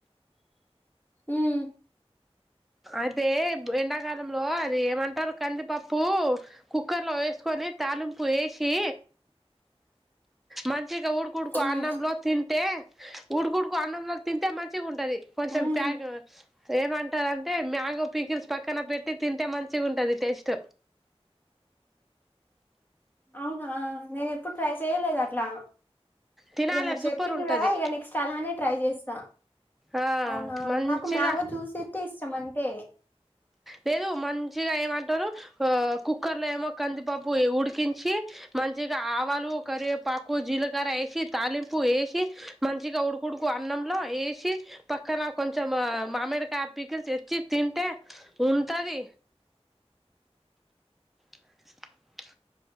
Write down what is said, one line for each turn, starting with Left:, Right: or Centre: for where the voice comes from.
Left: మ్మ్
Centre: అదే ఎండాకాలంలో అది ఏమంటారు కందిపప్పు కుక్కర్ లో వేసుకొని తాలింపు వేసి మంచి ఇచ్చగా ఉడుకుడుకు
Left: మ్మ్
Centre: అన్నంలో తింటే హుడ్కుడ్డుకు అన్నంలు తింటే మంచిగా ఉంటది కొంచెం
Left: ఉహు
Centre: ప్యాగ ఏమంటారంటే మ్యాంగో పీకిల్స్ పక్కన పెట్టి తింటే మంచి ఉంటంది టేస్ట్
Left: అవునా నేను ఎప్పుడు ట్రై చేయలేదు అట్లా
Centre: తినాలే
Left: ఇక మీరు
Centre: సూపర్
Left: చెప్పిండ
Centre: ఉంటది
Left: కదా ఇక నెక్స్ట్ అలానే ట్రై చేసి స్తా
Centre: ఆ
Left: అవునా
Centre: మంచిగా
Left: నాకు మ్యాంగో జ్యూస్ అంటే ఇష్టం అకే
Centre: లేదు మంచిగా ఏమంటారు ఆ కు కుక్కర్ లో ఏమో కందిపబు ఉడికించి మంచిగా ఆవాలు కరివేపాకు జీలకర వేసి తాలింపు వేసి మంచిగా ఉడుకుడుకు అన్నంలో వే పక్కన కొంచెం మామిడి కాపీకల్ తెచ్చి తింటే ఉంటది ఆ